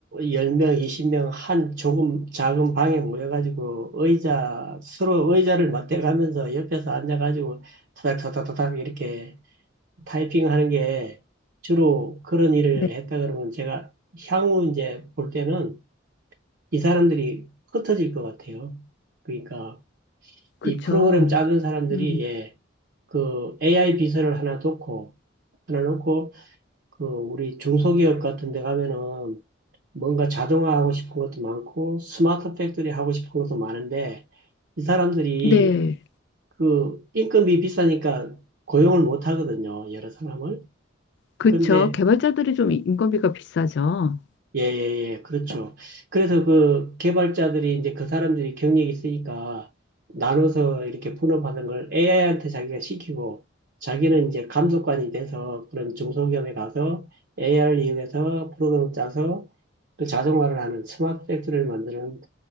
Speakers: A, on the right (about 55°); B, on the left (about 60°).
A: 열 10명, 20명 한 조금 작은 방에 모여가지고 의자, 서로 의자를 맞대가면서 옆에서 앉아가지고 타닥타닥타닥 이렇게 타이핑하는 게 주로 그런 일을
B: 네,
A: 했다 그러면 제가 향후 이제 볼 때는 이 사람들이 흩어질 것 같아요. 그러니까
B: 그쵸.
A: 이 프로그램 짜는 사람들이
B: 음,
A: 예, 그 AI 비서를 하나 놓고 하나 놓고 그 우리 중소기업 같은 데 가면은 뭔가 자동화하고 싶은 것도 많고 스마트 팩토리 하고 싶은 것도 많은데 이 사람들이
B: 네,
A: 그 인건비 비싸니까 고용을 못 하거든요. 여러 사람을.
B: 그쵸.
A: 근데
B: 개발자들이 좀 인건비가 비싸죠.
A: 예, 예, 예, 그렇죠. 그래서 그 개발자들이 이제 그 사람들이 경력이 있으니까 나눠서 이렇게 분업하는 걸 AI한테 자기가 시키고 자기는 이제 감독관이 돼서 그런 중소기업에 가서 AI를 이용해서 프로그램을 짜서 그 자동화를 하는 스마트 팩토리를 만드는